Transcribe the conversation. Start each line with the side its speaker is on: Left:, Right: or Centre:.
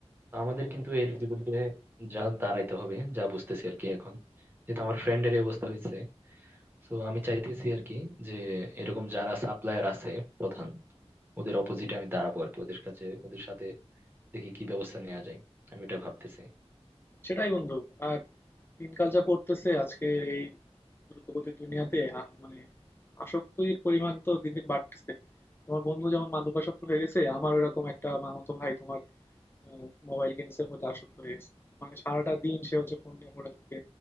Right: তো আমাদের কিন্তু এর বিরুদ্ধে যা দাঁড়াইতে হবে যা বুঝতেছি আর কি এখন যেহেতু আমার ফ্রেন্ডের এই অবস্থা হয়েছে তো আমি চাইতেছি আর কি যে এরকম যারা সাপ্লায়ার আছে প্রধান ওদের অপোজিটে আমি দাঁড়াবো আর কি ওদের কাছে ওদের সাথে দেখি কি ব্যবস্থা নেওয়া যায় আমি এটা ভাবতেছি
Left: সেটাই বন্ধু। আর দিনকাল যা পড়তেছে আজকে এই দ্রুতগতির দুনিয়াতে আ- মানে আসক্তির পরিমাণ তো দিন দিন বাড়তেছে। তোমার বন্ধু যেমন মাদকাসক্ত হয়ে গেছে, আমার ওইরকম একটা মামাতো ভাই তোমার মোবাইল গেমস এর প্রতি আসক্ত হয়ে গেছে। মানে সারাটা দিন সে হচ্ছে ফোন নিয়ে পড়ে থাকে।